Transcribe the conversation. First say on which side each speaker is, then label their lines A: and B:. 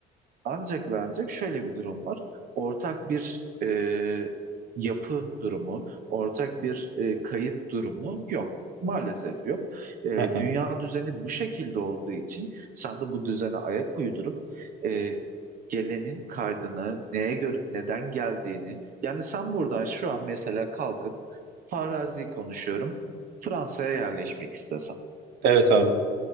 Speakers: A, on the right (about 55°); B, on the right (about 85°).
A: ancak ve ancak şöyle bir durum var. Ortak bir e, yapı durumu, ortak bir e, kayıt durumu yok. Maalesef yok. E,
B: Hı hı.
A: dünya düzeni bu şekilde olduğu için sen de bu düzene ayak uydurup e, gelenin kaydını, neye göre, neden geldiğini. Yani sen buradan şu an mesela kalkıp farazi konuşuyorum. Fransa'ya yerleşmek istesen.
B: Evet abi.